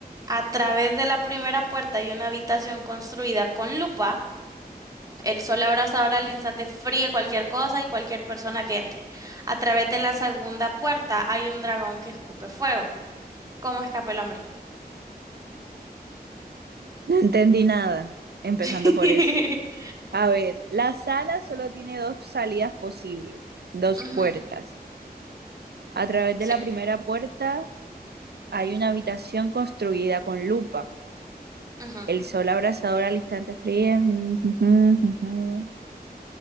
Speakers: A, on the right (about 20°); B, on the right (about 80°).
A: A través de la primera puerta hay una habitación construida con lupa. El sol abrasador al instante fríe cualquier cosa y cualquier persona que entre. A través de la segunda puerta hay un dragón que escupe fuego. ¿Cómo escapa el hombre?
B: No entendí nada, empezando
A: <laughs>
B: por eso. A ver, la sala solo tiene dos salidas posibles, dos
A: Ujú,
B: puertas. A través de
A: sí,
B: la primera puerta hay una habitación construida con lupa.
A: ujú.
B: El sol abrasador al instante frío. mm, mm, mm, mm.